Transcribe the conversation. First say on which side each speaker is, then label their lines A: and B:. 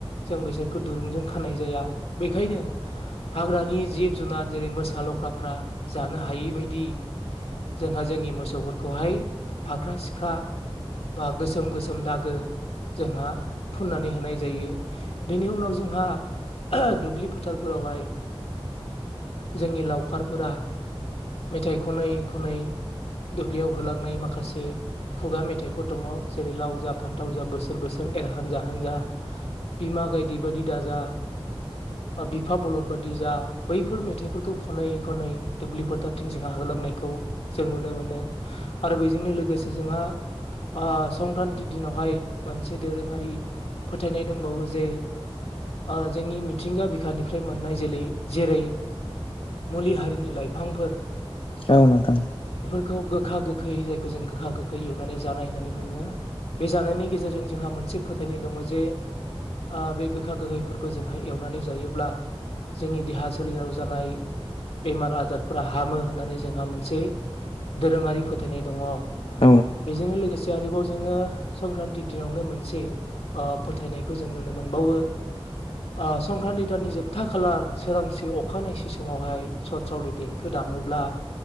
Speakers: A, on the left; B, on the left.
A: जों बिसोरखौ दुरुंजों खानाय जाया। बेखायनो हाग्रानि जिब जुनार जेरै मोसा ल ख्राफ्रा जानो हायै बायदि जोंहा जोंनि मोसौफोरखौहाय फाख्रा सिख्रा बा गोसोम गोसोम दा गो जोंहा फुननानै होनाय जायो। बेनि उनाव जोंहा दुब्लि फोथार फोरावहाय जोंनि लावखारफोरा मेथाइ खनै खनै दुब्लियाव होलांनाय माखासे खुगा मेथाइफोर दङ जेरै लाव जा फानथाव जा बोसोर बोसोर एर हानजा हानजा, बिमा गायदे बायदि दाजा बा बिफा बलद बादि जा बैफोर मेथाइफोरखौ खनै खनै दुब्लि फोथारथिं जोंहा हो लांनायखौ जों नुनो मोनो। आरो बेजोंनो लोगोसे जोंहा ओ संख्रानथि दिनावहाय मोनसे दोरोङारि फोथायनाय दंबावो जे ओ जोंनि मिथिंगा बिखानिफ्राय मोननाय जेलै जेरै मुलि हारिनि लाइफांफोर
B: औ नोंथां
A: खौ गोखा गोखै जायखौ जों गोखा गोखै एवनानै जानाय होननानै बुङो। बे जानायनि गेजेरजों जोंहा मोनसे फोथायनाय दङ जे ओ बे गोखा गोखैफोरखौ जोंहा एवनानै जायोब्ला जोंनि देहा सोलेराव जानाय बेमार-आजारफोरा हामो होननानै जोंहा मोनसे दोरोङारि फोथायनाय दङ।
B: औ
A: बेजोंनो लोगोसे आरोबाव जोङो संक्रान्ति दिनावनो मोनसे ओ फोथायनायखौ जों नुनो मोनबावो ओ संक्रान्ति दाननि जोबथा खालार सोरांसि अखानायनायसि समावहाय सथ्रावलि देंखो दा मोब्ला